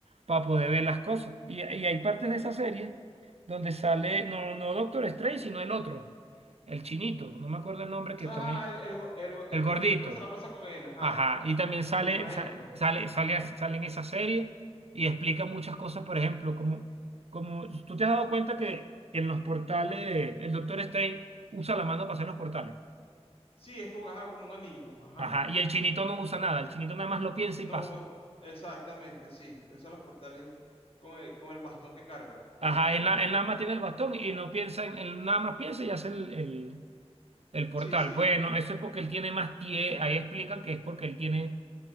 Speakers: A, on the right; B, on the left.
A: para poder ver las cosas. Y, y hay partes de esa serie donde sale, no, no Doctor Strange, sino el otro, el chinito, no me acuerdo el nombre que
B: Ajá,
A: también,
B: el, el, go- el go- el
A: el gordito.
B: gordito que se la pasa con él, ajá.
A: Ajá, y también sale,
B: El maestro.
A: sa- sale, sale, sale en esa serie y explica muchas cosas, por ejemplo, como, como tú te has dado cuenta que en los portales el Doctor Strange usa la mano para hacer los portales.
B: Sí, es como, ajá, como un anillo, ajá.
A: Ajá, y el chinito no usa nada, el chinito nada más lo piensa
B: No,
A: y pasa.
B: exactamente, sí. Usa los portales con el, con el bastón que carga, o
A: Ajá,
B: el báculo.
A: él, na- él nada más tiene el bastón y no piensa, en- él nada más piensa y hace el, el- el portal.
B: Sí, sí.
A: Bueno, eso es porque él tiene más tiempo, ahí explican que es porque él tiene